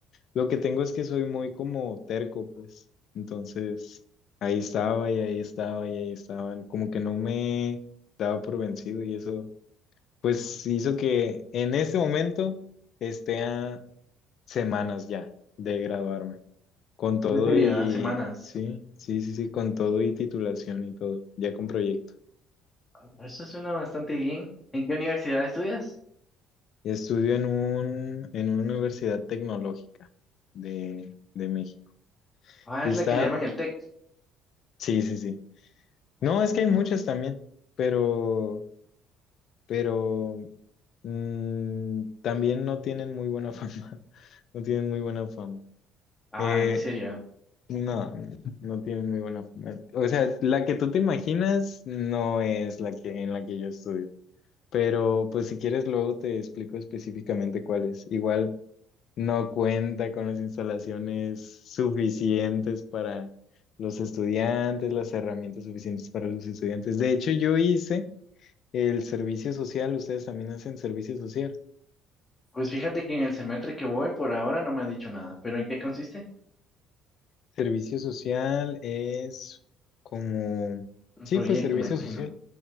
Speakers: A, on the left; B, on the left.
A: Lo que tengo es que soy muy como terco, pues. Entonces, ahí estaba y ahí estaba y ahí estaban. Como que no me daba por vencido y eso, pues hizo que en este momento esté a semanas ya de graduarme. Con todo
B: En serio,
A: y,
B: ah, semanas.
A: sí, sí, sí, sí, con todo y titulación y todo, ya con proyecto.
B: Ah, Eso suena bastante bien. ¿En qué universidad estudias?
A: Y Estudio en un, en una universidad tecnológica de, de México.
B: Ah,
A: Y
B: es
A: está,
B: la que le llaman el TEC.
A: sí, sí, sí.
B: Ujú.
A: No, es que hay muchas también, pero, pero mm, también no tienen muy buena fama. <laughs> No tienen muy buena fama.
B: Ah,
A: Eh,
B: en serio.
A: no, no tienen muy buena fama. O sea, la que tú te imaginas no es la que en la que yo estudio. Pero pues si quieres luego te explico específicamente cuál es. Igual no cuenta con las instalaciones suficientes para los estudiantes, las herramientas suficientes para los estudiantes. De hecho, yo hice el servicio social, ustedes también hacen servicio social.
B: Pues fíjate que en el semestre que voy por ahora no me han dicho nada, pero ¿en qué consiste?
A: Servicio social es como,
B: Un
A: sí,
B: proyecto,
A: pues servicio
B: me imagino.
A: social.